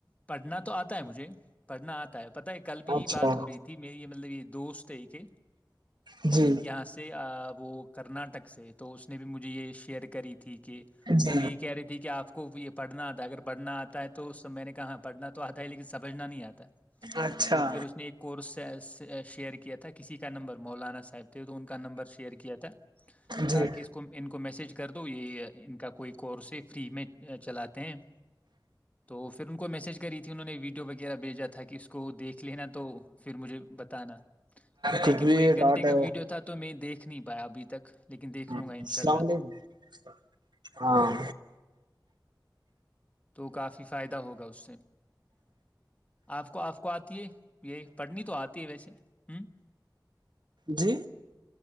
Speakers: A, on the left; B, on the right.
A: پڑھنا تو آتا ہے مجھے پڑھنا آتا ہے پتا ہے کل بھی
B: اچھا
A: یہ بات ہو رہی تھی میری یہ مطلب یہ دوست ہے کہ
B: جی
A: یہاں سے وہ کرناٹک سے تو اس نے بھی مجھے یہ شیئر کری تھی کہ
B: جی
A: وہ بھی یہ کہہ رہی تھی کہ آپ کو یہ پڑھنا تو اگر پڑھنا تع تو میں نے کہااں پڑھنا تو آتا ہی لیکن سمجھنا نہیں آتا
B: اچھا
A: تو پھر اس نے ایک کورس شیئر کیا تھا کہ کسی کا نمبر مولانا صاحب تو ان کا نمبر شیئر کیا تھا کہ
B: جی
A: کہ اس کو ان کو میسج کر دو یہ ان کا کوئی کورس ہے فری میں چلاتے ہیں تو پھر ان کو میسج کری تھی انہوں نے ویڈیو وغیرہ بھیجا تھا کہ اس کو دیکھ لینا تو پھر مجھے بتانا لیکن
B: کچھ بھی
A: وہ ایک
B: ڈاٹ
A: گھنٹے کا
B: ہے
A: ویڈیو تھا تو میں دیکھ سکھ نہیی پایا ابھی تک لیکن دیکھ
B: ہاں
A: لوں گا انشاءاللہ
B: السلام علیکم ہاں
A: تو کافی فائدہ ہوگا اس سے آپ کو آپ کو آتی ہے یہ پڑھنی تو آتی ہے ویسے ہوں
B: جی